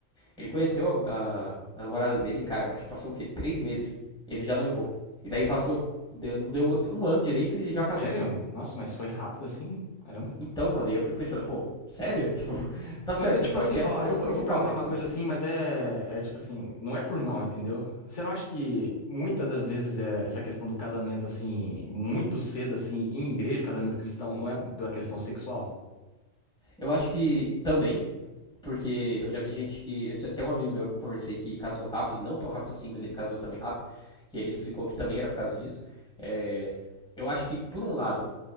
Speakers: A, in the centre; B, on the left.
A: ele conheceu a, a namorada dele, cara, acho que passou o quê? Três meses. Ele já noivou. E daí passou. Deu, não deu um ano direito e já casou.
B: Sério? Nossa, mas foi rápido assim? Caramba.
A: Então, mano, eu fico pensando, pô, sério? Tipo, <laughs> tá certo,
B: Mas é
A: você
B: tipo
A: pode
B: assim,
A: ter alinhado
B: ó, eu,
A: o
B: vou-
A: principal,
B: eu vou perguntar
A: mas
B: uma
A: poxa.
B: coisa assim, mas é, é tipo assim, não é por mal, entendeu? Você não acha que muitas das vezes é essa questão do casamento, assim, muito cedo, assim, em igreja, casamento cristão, não é pela questão sexual?
A: Eu acho que também, porque eu já vi gente que. Eu já, tem um amigo meu que eu conversei que casou rápido, não tão rápido assim, mas ele casou também rápido, que ele explicou que também era por causa disso. É, eu acho que, por um lado,